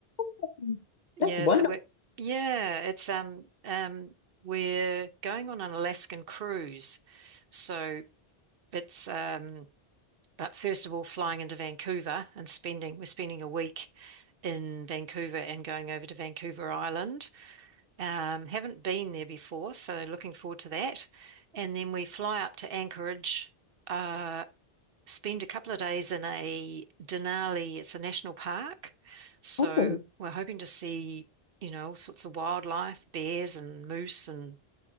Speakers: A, on the left (about 45°); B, on the right (about 65°).
A: <laughs>
B: Yeah,
A: That's wonderful.
B: so we're yeah, it's um um we're going on an Alaskan cruise. So it's um but first of all flying into Vancouver and spending we're spending a week in Vancouver and going over to Vancouver Island. Um haven't been there before, so looking forward to that. And then we fly up to Anchorage. Uh spend a couple of days in a Denali. It's a national park. So
A: Oh,
B: we're hoping to see, you know, all sorts of wildlife, bears and moose and